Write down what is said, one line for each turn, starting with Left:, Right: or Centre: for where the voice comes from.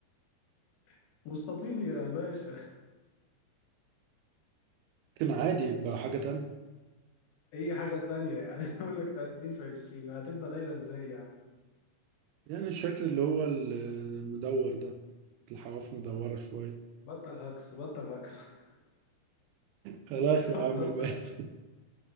Left: <laughs> مستطيل يا باشا
Right: ممكن عادي يبقى حاجة تانية
Left: أي حاجة تانية يعني <laughs> بقول لك 30 في 20 هتبقى دايرة إزاي يعني
Right: يعني الشكل اللي هو ال- المدور ده الحواف مدورة شوية
Left: بطل هكس بطل هكس <laughs>
Right: خلاص يا
Left: بطل
Right: عم ماشي
Left: هكس.